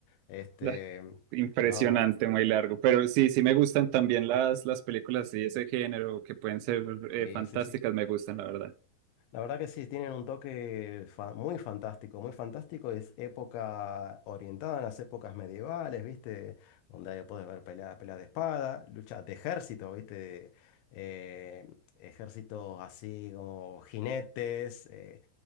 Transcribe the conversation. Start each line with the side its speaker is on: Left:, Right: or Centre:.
Left: Este,
Right: La- Impresionante,
Left: no, no,
Right: muy largo. Pero sí, sí me gustan también las, las películas de ese género que pueden ser eh,
Left: sí,
Right: fantásticas,
Left: sí, sí.
Right: me gustan, la verdad.
Left: La verdad que sí, tienen un toque fa- muy fantástico, muy fantástico. Es época orientada en las épocas medievales, ¿viste? Donde ahí puedes ver peleas, peleas de espada, luchas de ejército, ¿viste? Eh, ejércitos así como jinetes. eh,